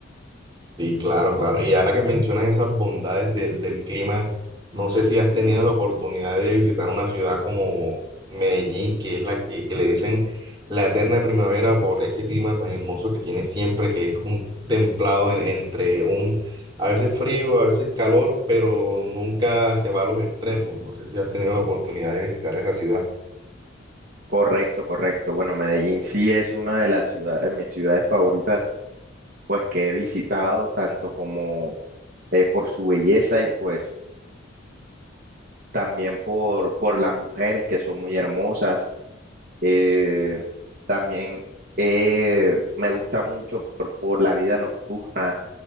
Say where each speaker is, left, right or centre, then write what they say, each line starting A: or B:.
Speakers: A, on the right; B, on the right.
A: Sí, claro, claro. Y ahora que mencionas esas bondades del, del clima, no sé si has tenido la oportunidad de visitar una ciudad como Medellín, que es la que, que le dicen la eterna primavera por ese clima tan hermoso que tiene siempre, que es un templado en- entre un, a veces frío, a veces calor, pero nunca se va a los extremos. No sé si has tenido la oportunidad de visitar esa ciudad.
B: Correcto, correcto. Bueno, Medellín sí es una de las ciudades, de mis ciudades favoritas que he visitado, tanto como eh, por su belleza y pues también por, por las mujeres que son muy hermosas. Eh, también eh, me gusta mucho por, por la vida nocturna